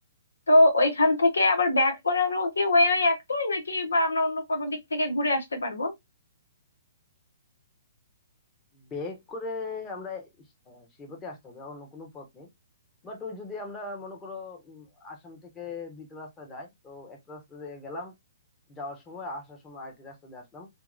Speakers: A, on the left; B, on the left.
A: তো ওইখান থেকে আবার ব্যাক করারও কি ওই ওই একটাই নাকি বা আমরা অন্য কোনো দিক থেকে ঘুরে আসতে পারবো
B: ব্যাক করে আমরা আহ, শিবতে আসতে হবে অন্য কোনো পথ নেই বাট ওই যদি আমরা মনে করো উম, আসাম থেকে দুইটা রাস্তা যাই তো একটা রাস্তা দিয়ে গেলাম যাওয়ার সময় আসার সময় আরেকটি রাস্তা দিয়ে আসলাম